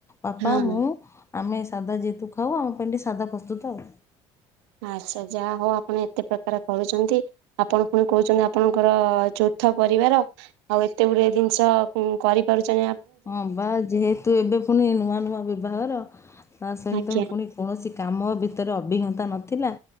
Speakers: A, on the left; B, on the right.
A: ବାପା
B: ହଁ
A: ମୁଁ ଆମେ ସାଧା ଯେହେତୁ ଖାଉ ଆମ ପାଇଁ ସାଧା ପ୍ରସ୍ତୁତ ଆଉ।
B: ଆଛା ଯାହା ହଉ ଆପଣ ଏତେ ପ୍ରକାର କରୁଛନ୍ତି। ଆପଣ ପୁଣି କହୁଛନ୍ତି ଆପଣଙ୍କର ଯୋଥ ପରିବାର ଆଉ ଏତେ ଗୁଡଏ ଜିନିଷ କରିପାରୁଛ।
A: ହଁ ବା ଯେହେତୁ ଏବେ ପୁଣି ନୂଆ ନୂଆ ବିବାହର ତା ସହିତ
B: ଆଜ୍ଞା
A: ପୁଣି କୌଣସି କାମ ଭିତରେ ଅଭିଜ୍ଞତା ନଥିଲା